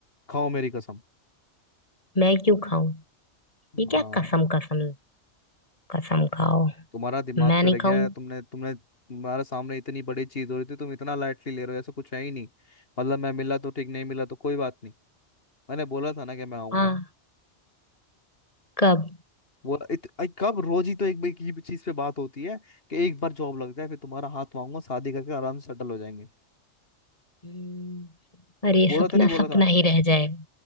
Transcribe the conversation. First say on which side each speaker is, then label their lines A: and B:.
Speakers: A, on the left (about 55°); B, on the left (about 30°).
A: खाओ मेरी कसम
B: मैं क्यों खाऊं ये
A: हाँ
B: क्या कसम कसम कसम खाओ
A: तुम्हारा
B: मैं
A: दिमाग फिर
B: नहीं
A: गया
B: खाऊंगी
A: है तुमने तुमने तुम्हारे सामने इतनी बड़ी चीज हो रही थी तुम इतना लाइटली ले रहे हो ऐसा कुछ है ही नहीं मतलब मैं मिला तो ठीक नहीं मिला तो कोई बात नहीं मैंने बोला था ना कि मैं आऊंगा
B: हाँ कब
A: बोला इत, अ, कब रोज ही तो एक एक ही चीज पे बात होती है कि एक बार जॉब लग जाए फिर तुम्हारा हाथ मांगूंगा शादी करके आराम से सेटल हो जाएंगे
B: हम्म, अरे ये
A: बोला
B: सपना
A: था नहीं बोला
B: सपना
A: था
B: ही रह जाएगा